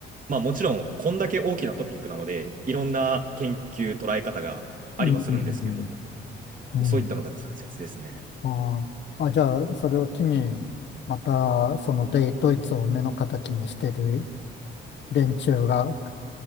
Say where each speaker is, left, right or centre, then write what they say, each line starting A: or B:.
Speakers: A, on the right; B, on the left.
A: まあもちろん、こんだけ大きなトピックなので、いろんな研究、捉え方がありはするんですけれど
B: うん、うん。
A: も、そういったのが通説ですね。
B: ああ、あじゃあ、それを機に、また、その、デイドイツを目の敵にしてる連中が